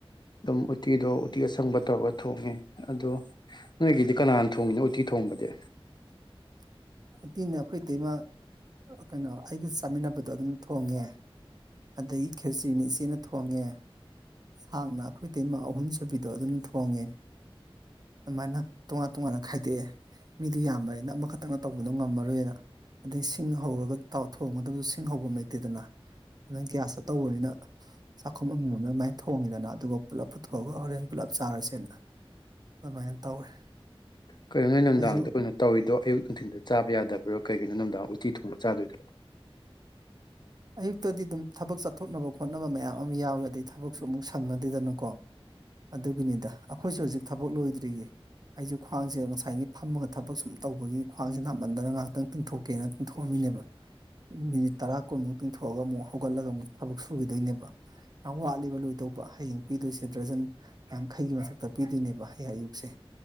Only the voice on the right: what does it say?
<inaudible> ꯎꯇꯤꯅ ꯑꯩꯈꯣꯏ ꯑꯇꯩꯃꯥ ꯀꯩꯅꯣ ꯑꯩꯒ ꯆꯥꯃꯤꯟꯅꯕꯗꯣ ꯑꯗꯨꯅ ꯊꯣꯡꯉꯦ ꯑꯗꯒꯤ ꯈꯦꯆ꯭ꯔꯤꯅ ꯏꯆꯦꯅ ꯊꯣꯡꯉꯦ ꯁꯥꯡꯅ ꯑꯩꯈꯣꯏ ꯏꯇꯩꯃꯥ ꯑꯍꯨꯝ ꯁꯨꯕꯤꯗꯣ ꯑꯗꯨꯅ ꯊꯣꯡꯉꯦ ꯑꯗꯨꯃꯥꯏꯅ ꯇꯣꯉꯥꯟ ꯇꯣꯉꯥꯟꯅ ꯈꯥꯏꯗꯣꯛꯑꯦ ꯃꯤꯗꯨ ꯌꯥꯝꯕꯅꯤꯅ ꯑꯃꯈꯛꯇꯪꯅ ꯇꯧꯕꯗꯣ ꯉꯝꯃꯔꯣꯏꯅ ꯑꯗꯩ ꯁꯤꯡ ꯍꯧꯔꯒ ꯇꯥꯎ ꯊꯣꯡꯒꯗꯕꯁꯨ ꯁꯤꯡ ꯍꯧꯕ ꯂꯩꯇꯦꯗꯅ ꯑꯗꯨꯢ ꯒ꯭ꯌꯥꯁꯇ ꯇꯧꯕꯅꯤꯅ ꯆꯥꯛꯈꯨꯝ ꯑꯃ ꯑꯃꯝ ꯑꯗꯨꯃꯥꯏꯅ ꯊꯣꯡꯉꯤꯗꯅ ꯑꯗꯨꯒ ꯄꯨꯂꯞ ꯄꯨꯊꯣꯛꯑꯒ ꯍꯣꯔꯦꯟ ꯄꯨꯂꯞ ꯆꯥꯔꯁꯦꯅ ꯑꯗꯨꯃꯥꯏꯅ ꯇꯧꯔꯦ
ꯑꯩꯁꯨ
ꯑꯌꯨꯛꯇꯗꯤ ꯑꯗꯨꯝ ꯊꯕꯛ ꯆꯠꯊꯣꯛꯅꯕ ꯈꯣꯠꯅꯕ ꯃꯌꯥꯝ ꯑꯃ ꯌꯥꯎꯋꯦ ꯑꯗꯩ ꯊꯕꯛꯁꯨ ꯑꯃꯨꯛ ꯁꯪꯅꯗꯦꯗꯅꯨꯀꯣ ꯑꯗꯨꯒꯤꯅꯤꯗ ꯑꯩꯈꯣꯏꯁꯨ ꯍꯧꯖꯤꯛ ꯊꯕꯛ ꯂꯣꯏꯗ꯭ꯔꯤꯌꯦ ꯑꯩꯁꯦ ꯈ꯭ꯋꯥꯡꯁꯦ ꯉꯁꯥꯏꯒꯤ ꯐꯝꯃꯒ ꯊꯕꯛ ꯁꯨꯝ ꯇꯧꯕꯒꯤ ꯈ꯭ꯋꯥꯡꯁꯦ ꯅꯥꯃꯟꯗꯅ ꯉꯥꯏꯍꯥꯛꯇꯪ ꯇꯤꯡꯊꯣꯛ ꯀꯩꯅꯣ ꯊꯣꯛꯑꯝꯃꯤꯅꯦꯕ ꯃꯤꯅꯤꯠ ꯇꯔꯥ ꯀꯨꯟꯃꯨꯛ ꯇꯤꯡꯊꯣꯛꯑꯒ ꯑꯃꯨꯛ ꯍꯧꯒꯠꯂꯒ ꯑꯃꯨꯛ ꯊꯕꯛ ꯁꯨꯈꯤꯗꯣꯏꯅꯦꯕ ꯌꯥꯝ ꯋꯥꯠꯂꯤꯕ ꯂꯣꯏꯗꯧꯕ ꯍꯌꯦꯡ ꯄꯤꯗꯣꯏꯁꯦ ꯗ꯭ꯔꯖꯟ ꯌꯥꯡꯈꯩꯒꯤ ꯃꯊꯛꯇ ꯄꯤꯗꯣꯏꯅꯦꯕ ꯍꯌꯦꯡ ꯑꯌꯨꯛꯁꯦ